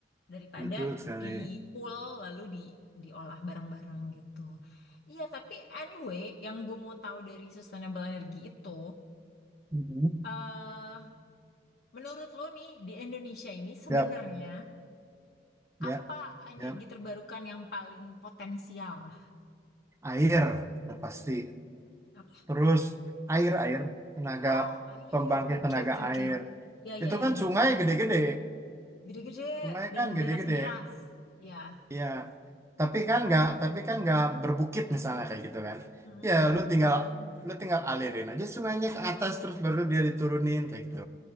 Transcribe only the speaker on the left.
daripada
di pool lalu di diolah bareng-bareng gitu. Iya, tapi anyway, yang gue mau tahu dari sustainable energy itu,
eh menurut lo nih di Indonesia ini sebenarnya
apa energi
terbarukan yang paling potensial?
Apa?
Oh, air.
Oke,
oke, oke.
Ya,
ya, ya,
ya.
Gede-gede
dan
deras-deras. Ya.
Mm,
mm.